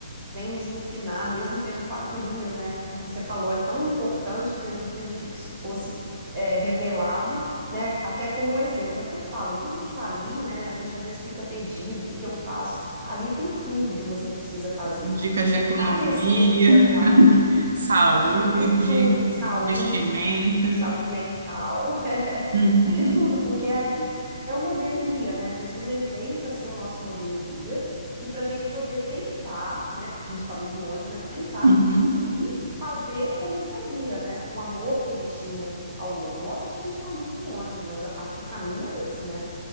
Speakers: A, on the right; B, on the right.
A: vem nos ensinar, mesmo tendo quatro linhas, né? Como você falou, é tão importante que Jesus permitiu que isso fosse é, revelado, né? Até como um exemplo. É o que eu falo, tudo que tá ali, né? A gente às vezes fica perdido, o que que eu faço? Ali tem tudo que você precisa fazer,
B: Dicas de
A: né?
B: economia,
A: Cada exemplo que é dado
B: <laughs> saúde,
A: de, de tudo, de saúde,
B: vestimenta.
A: de saúde mental, <laughs>
B: Uhum.
A: de tudo, porque é ali que é o modelo e guia, né? Jesus, ele veio para ser o nosso modelo e guia e para a gente poder tentar, né? Porque a gente está muito longe, mas tentar
B: Uhum.
A: seguir e fazer como ele fazia, né? Com o amor que ele tinha ao outro. Lógico que a gente está muito longe, mas a- a- o caminho é esse, né?